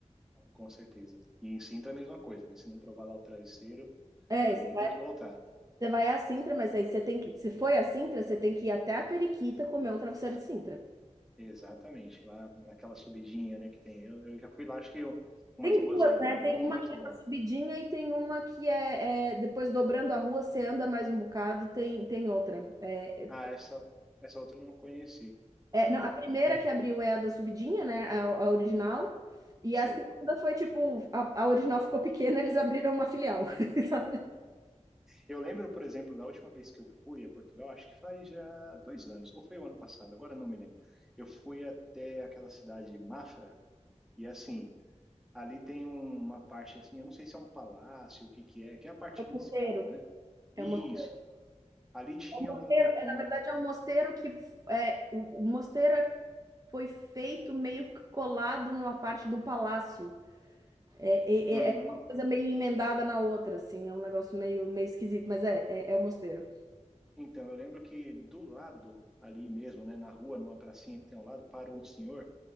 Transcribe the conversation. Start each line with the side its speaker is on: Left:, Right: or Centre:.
Centre: com certeza. E em Sintra é a mesma coisa, né? Se não provar lá o travesseiro,
Right: É,
Centre: também
Right: isso
Centre: tem que voltar.
Right: Você vai à Sintra, mas aí você tem que. Se foi à Sintra, você tem que ir até a Periquita comer um travesseiro de Sintra.
Centre: Exatamente, lá naquela subidinha, né, que tem. Eu, eu já fui lá, acho que eu- umas
Right: Tem
Centre: duas
Right: duas,
Centre: vezes,
Right: né?
Centre: lá.
Right: Tem
Centre: Muito
Right: uma que é
Centre: bom.
Right: na subidinha e tem uma que é, é, depois dobrando a rua, você anda mais um bocado, tem, tem outra. É,
Centre: Ah, essa, essa outra eu não conheci.
Right: é,
Centre: Hum,
Right: não, a primeira que abriu é a da subidinha, né? A, a original. E
Centre: sei.
Right: a segunda foi tipo, a, a original ficou pequena, <laughs> eles abriram uma filial, <laughs> sabe?
Centre: Eu lembro, por exemplo, da última vez que eu fui a Portugal, acho que faz já dois anos, ou foi o ano passado, agora eu não me lembro. Eu fui até aquela cidade de Mafra, e assim, ali tem um, uma parte assim, eu não sei se é um palácio, o que que é, que é a parte
Right: É um
Centre: principal,
Right: mosteiro.
Centre: né?
Right: É
Centre: Isso.
Right: um mosteiro.
Centre: Ali tinha
Right: É um
Centre: um.
Right: mosteiro- é, na verdade, é um mosteiro que é, o, o mosteiro é foi feito meio que colado numa parte do palácio. É, é,
Centre: Uhum.
Right: é é uma coisa meio emendada na outra, assim, é um negócio meio, meio esquisito, mas é, é, é o mosteiro.
Centre: Então, eu lembro que do lado, ali mesmo, né, na rua, numa pracinha que tem ao lado, parou um senhor